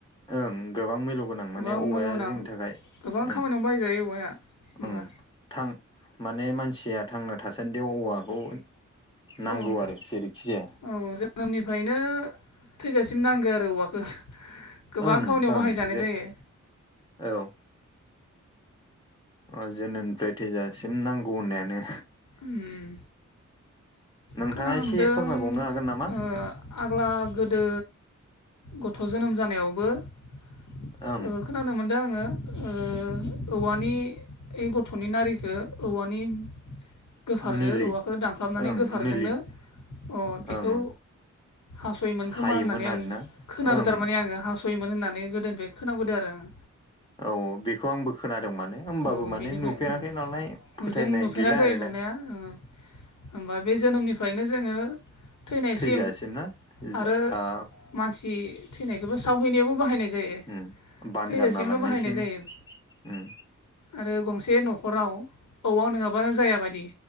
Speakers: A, on the left; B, on the left.
A: ओं गोबां मैल' गोनां
B: गोबां
A: माने औवाया
B: मैल्य गोनां
A: जोंनि थाखाय
B: गोबां खामानियावनो
A: उम
B: बाहायजायो औवाया होमबा
A: उम थां माने मानसिया थांना थासान्दियाव औवाखौ नांगौ
B: औ
A: आरो जेरैखि जाया
B: औ जोनोमनिफ्रायनो थैजासिम नांगो आरो औवखो गोबां
A: ओं
B: खामानियाव
A: ओं
B: बाहायजानाय
A: जेन
B: जायो।
A: औ <inaudible> ओ जोनोमनिफ्राय थैजासिम नांगौ होननायानो
B: उम
A: नोंथाङा
B: खोनानो
A: एसे
B: मोनदों
A: फोरमायबावनो हागोन नामा?
B: ओ आग्ला गोदो गथ' जोनोम जानायावबो ओ
A: ओं
B: खोनानो मोनदों आङो ओ औवानि ओ गथ'नि नारिखो औवानि गोफारजों
A: निलि
B: औवाखौ दानख्लाबनानै
A: ओं
B: गोफारजोंनो
A: निलि
B: अ बेखौ
A: ओं
B: हास'योमोन खोमा
A: हायोमोन
B: होननानै आं
A: आरोना
B: खोनादों
A: ओं
B: थारमाने आङो हास'योमोन होननानै गोदोनिफ्राय खोनाबोदो आरो आङो
A: औ बेखौ आंबो खोनादों माने होमबाबो
B: औ
A: माने
B: बेनिफ्राय
A: नुफेराखै
B: उम
A: नालाय फोथायनाय
B: जों नुफेराखै
A: गैला आरो
B: नुनाया
A: दा
B: ओ होमबा बे जोनोमनिफ्रायनो जोङो थैनायसिम
A: थैजासिम ना ओ
B: आरो मानसि थैनाय बेबो सावहैनायावबो बाहायनाय जायो
A: उम बानगारना
B: थैजासेयावनो
A: लांनायसिम
B: बाहायनाय जायो
A: उम
B: आरो गंसे न'खराव औवा नङाबानो जायााबायदि